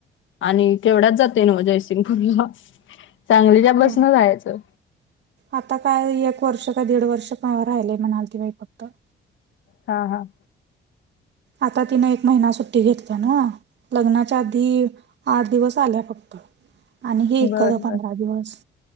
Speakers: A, on the left (about 75°); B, on the right (about 60°).
A: आणि केवढ्याच जातोयं नव्हं जयसिंगपूरला. सांगलीच्या बसन
B: हो
A: जायाचं.
B: आता काय एक वर्ष का दीड वर्ष <unintelligible> राहिलंय म्हणाल ती बाई फक्त
A: हा. हा.
B: आता तिनं एक महिना सुट्टी घेतल्या नव्हं. लग्नाच्या आधी आठ दिवस आल्या फक्त आणि हे इकड
A: बर
B: पंधरा
A: बर
B: दिवस.